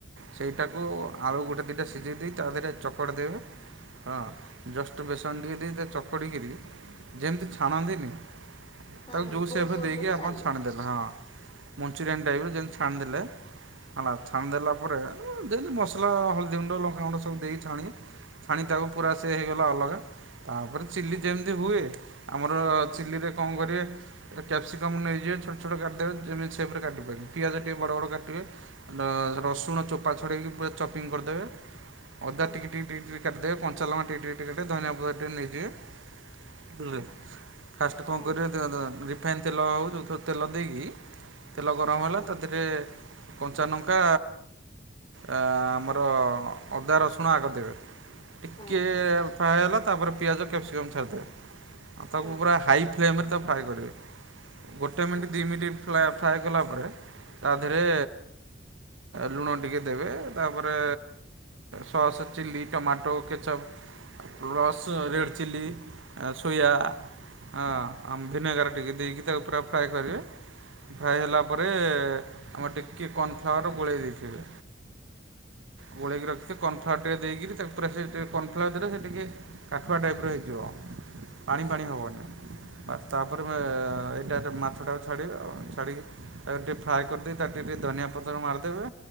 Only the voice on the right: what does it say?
ସେଇଟାକୁ ଆଳୁ ଗୋଟେ ଦିଇଟା ସିଝେଇ ଦେଇ ତା ଦେହରେ ଚକଟି ଦେବେ। ହଁ ଜଷ୍ଟ ବେସନ ଟିକେ ଦେଇଦେ ଚକଟିକିରି ଯେମିତି ଛାଣନ୍ତିନି
ତାକୁ
ଯୋଉ
ସେଫ୍
ଦେଇକି
ଆପଣ
ଛାଣିଦେଲେ ହଁ ମଞ୍ଚୁରିଆନ୍ ଟାଇପ ଯେମିତି ଛାଣିଦେଲେ ହେଲା ଛାଣିଦେଲା ପରେ ଯେମିତି ମସଲା ହଳଦୀ ଗୁଣ୍ଡ ଲଙ୍କାଗୁଣ୍ଡ ସବୁ ଦେଇ ଛାଣି ପୁଣି ତାକୁ ପୁରା ସେ ହେଇଗଲା ଅଲଗା ତା ପରେ ଚିଲି
ଯେମିତି ହୁଏ ଆମର ଚିଲିରେ କଣ କରିବେ କ୍ୟାପ୍ସିକମ୍ ନେଇଯିବେ ଛୋଟ ଛୋଟ କାଟିିଦେବେ ଯେମିତି ସେଫ୍ ରେ କାଟିପାରିବେ। ପିଆଜ ଟିକେ ବଡ଼ ବଡ଼ କାଟିବେ ର ରସୁଣ ଚୋପା ଛଡ଼େଇକି ପୁରା ଚପିଙ୍ଗ କରିଦେବେ। ଅଦା
ଟିକ୍ ଟିକ୍ ଟିକ୍ ଦେ କଞ୍ଚାଲଙ୍କା ଟିକେ ଟିକେ ଟିକେ ଧନିଆ ପତ୍ର ଟିକେ ନେଇ ଯିବେ ଫାଷ୍ଟ କଣ
କରିବେ ଧ ଧ ରିଫାଇନ ତେଲ ହଉ ଯୋଉଁ ତେଲ ଦେଇକି ତେଲ ଗରମ ହେଲା
ତାଧୀରେ କଞ୍ଚା ଲଙ୍କା ଆ ଆମର ଅଦା ରସୁଣ ଆଗ ଦେବେ। ଟିକେ
ଫ୍ରାଏ ହେଲା ତାପରେ ପିଆଜ କ୍ୟାପ୍ସିକମ୍ ଛାଡ଼ିଦେବେ। ଆଉ ତାକୁ
ପୁରା ହାଇ ଫ୍ଲେମ ରେ ତାକୁ ଫ୍ରାଏ କରିବେ ଗୋଟେ ମିନିଟ୍
ଦୁଇ ମିନିଟ୍ ଫ୍ରାଏ ସାଇ କଲା ପରେ ତା ଦେହେରେ ଲୁଣ ଟିକେ ଦେବେ ତାପରେ ସସ୍ ଚିଲି ଟମା ଟୋ କେଚପ ରସ ରେଡ଼ ଚିଲି ଆଉ ସୋୟା ହଁ ଆମ ଭିନେଗାର ଟିକେ ଦେଇକି ତାକୁ ପୁରା ଫ୍ରାଏ କରିବେ। ଫ୍ରାଏ ହେଲା ପରେ ଆମେ ଟିକେ କର୍ଣ୍ନଫ୍ଲାୱାର ଗୋଳେଇ ଦେଇଥିବେ। ଗୋଳେଇକି ରଖିଛି କର୍ନଫ୍ଲାୱାର ଦେଇକିରି ତାକୁ ସେ ଟିକେ କର୍ଣ୍ଫ୍ଲୱାର ଦେରେ ସେ ଟିକେ କାଠୁଆ ଟାଇପ୍ର ହେଇଯିବ। ପାଣି
ପାାଣି
ହବନି ତାପରେ ତ ଏଇଟାରେ ମାଛଟାକୁ ଛାଡ଼ିବ ଆଉ ଛାଡ଼ିକି ଆଉ ଟିକେ ଫ୍ରାଏ କରିଦେଇି ତାର ଟିକେ ଟିକେ ଧନିଆ ପତ୍ର ମିରିଦେବେ।